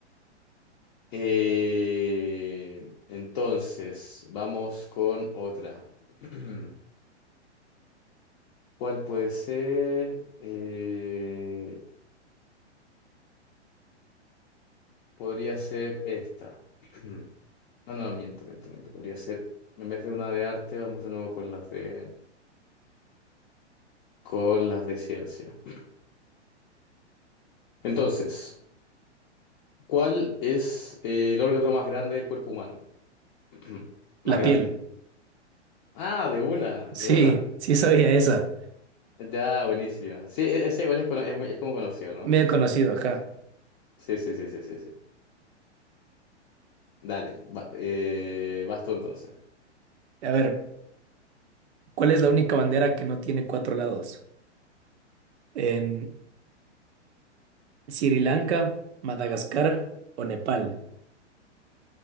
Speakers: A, on the left (about 45°); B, on the right (about 65°).
A: Eh, entonces, vamos con otra. <clears throat> ¿Cuál puede ser? Eh, podría ser esta. <clears throat> No, no, miento, miento, miento. Podría ser, en vez de una de arte, vamos de nuevo con las de, con las de ciencia. <clears throat> Entonces, ¿cuál es eh, el órgano más grande del cuerpo humano? <clears throat>
B: La
A: Más grande.
B: piel,
A: Ah, de una,
B: sí,
A: de una.
B: sí sabía esa.
A: Ya, buenísima. Sí, e- ese igual es, cono- es, muy- es como conocido, ¿no?
B: Medio conocido, ajá.
A: Sí, sí, sí, sí, sí, sí. Dale, va- eh, vas tú entonces.
B: A ver, ¿cuál es la única bandera que no tiene cuatro lados? Em, Sri Lanka, Madagascar o Nepal.